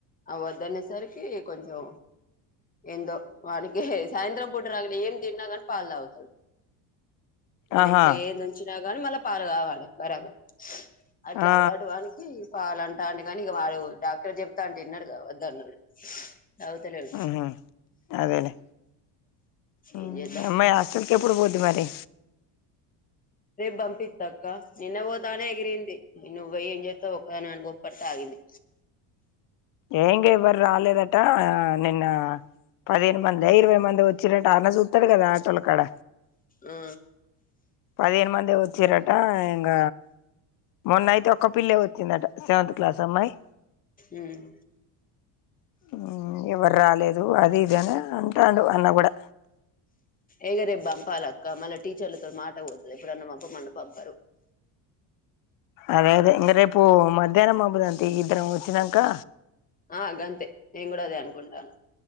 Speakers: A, on the left (about 20°); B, on the left (about 50°).
A: అవద్దనేసరికి కొంచెం ఏందో వాటి కే సాయంత్రం పూట రాగానే ఏం తిన్నా కానీ పాలు తాగుతాడు మన
B: ఆహా
A: ఇంట్లో ఏది ఉంచి నా గని మళ్ళ పాల్ గావాళే బరాబర్ అట్లా
B: ఆ
A: అలవాటు వానికి వాళ్లు అంటాండు కానీ ఇక వాడు డాక్టర్ చెప్తా అంటే విన్నాడు గా వద్దన్నాడు నవ్వుతలేదు
B: ఉహు అదేలే ఉమ్,
A: ఏం చేద్దాం
B: మీ అమ్మాయి హాస్టల్కి ఎప్పుడు పోద్ది మరి
A: రేపు పంపిత్తక్క నిన్న పోతమనే ఎగిరింది నువ్వు పోయ్ ఏం చేస్తావు ఒక్కదానివి అని కోప్పడితే ఆగింది.
B: ఏ ఇంకా ఎవ్వరు రాలేదట నిన్న పదిహేను మంద ఇరవై మంద వచ్చిరంట అన్న చూత్తడు కదా ఆటోల కాడ
A: ఆ
B: పదిహేను మందే వచ్చిర్రటా ఆ ఇంగ మొన్న అయితే ఒక్క పిల్లే వచ్చిన్ చ్చిందట సెవంత్ క్లాస్ అమ్మాయి
A: ఉమ్
B: ఆ ఎవరు రాలేదు అది <unintelligible> అంటాండు అన్న కూడా
A: ఇగ రేపు పంపాలక్క మళ్ళా టీచర్లతో మాట పోతది ఎప్పుడన్న పంపమన్న పంపరు.
B: అదే అదే ఇంగ రేపు మద్ ధ్యాహ్నం పంపుదాం తీ ఇద్దరం వచ్చినంకా.
A: ఆ గంతే నేను కూడా అదే అనుకుంటాన